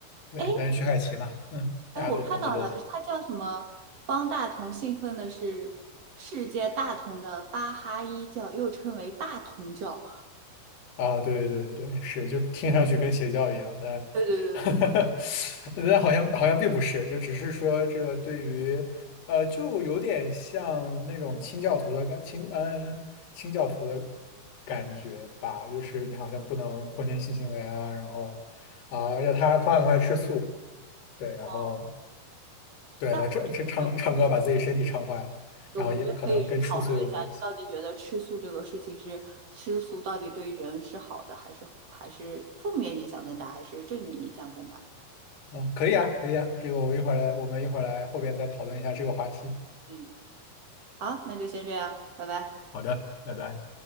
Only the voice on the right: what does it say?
哎，
哎，我看到了，它叫什么？方大同信奉的是世界大同的巴哈伊教，又称为大同教。
对对对对，
嗯，
但我觉得我们可以，
对我们觉得可以讨论一下，
到底觉得吃素这个事情是吃素到底对人是好的，还是还是负面影响更大，还是正面影响更大？
嗯，好，那就先这样，拜拜。